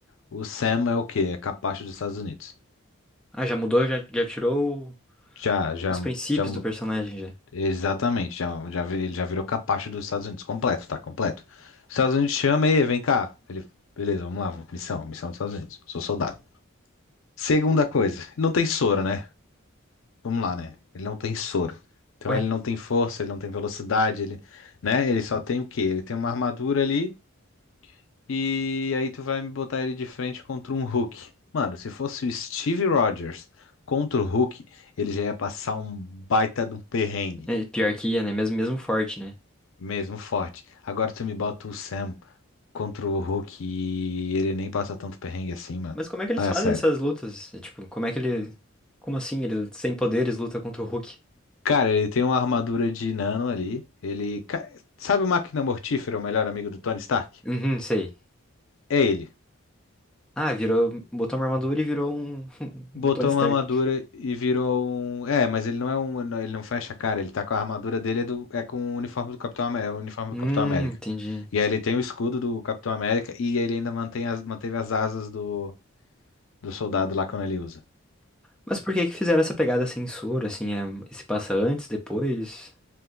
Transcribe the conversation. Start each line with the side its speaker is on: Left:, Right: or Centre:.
Left: o Sam é o quê? É capacho dos Estados Unidos.
Centre: Ah, já mudou? Já, já tirou
Left: Já, já,
Centre: os princípios
Left: já, mu-
Centre: do personagem, já.
Left: exatamente, já, já, vi- ele já virou capacho dos Estados Unidos, completo, tá, completo. Os Estados Unidos chama e vem cá. Ele, beleza, vamos lá, missão, missão dos Estados Unidos, sou soldado. Segunda coisa, ele não tem soro, né? Vamos lá, né? Ele não tem soro. Então
Centre: Ué,
Left: ele não tem força, ele não tem velocidade, ele, né? Ele só tem o quê? Ele tem uma armadura ali e aí tu vai me botar ele de frente contra um Hulk. Mano, se fosse o Steve Rogers contra o Hulk, ele já ia passar um baita de um perrengue,
Centre: é pior que ia, né? Mesmo, mesmo forte, né?
Left: mesmo forte. Agora tu me bota o Sam contra o Hulk e ele nem passa tanto perrengue assim, mano.
Centre: Mas como é que eles
Left: Ah, é
Centre: fazem
Left: sério.
Centre: essas lutas? É, tipo, como é que ele... Como assim? Ele, sem poderes, luta contra o Hulk?
Left: Cara, ele tem uma armadura de nano ali. Ele. ca- Sabe o Máquina Mortífera, o melhor amigo do Tony Stark?
Centre: Uhum, sei.
Left: É ele.
Centre: Ah, virou... Botou uma armadura e virou um, <laughs>
Left: Botou
Centre: um Tony Stark.
Left: uma armadura e virou um. É, mas ele não é um. Ele não fecha a cara, ele tá com a armadura dele, é, do... é com o uniforme do Capitão América, É o uniforme
Centre: Hum,
Left: do Capitão América.
Centre: entendi.
Left: E aí ele tem o escudo do Capitão América e ele ainda mantém as... manteve as asas do... do soldado lá quando ele usa.
Centre: Mas por que que fizeram essa pegada censura, assim, é, se passa antes, depois?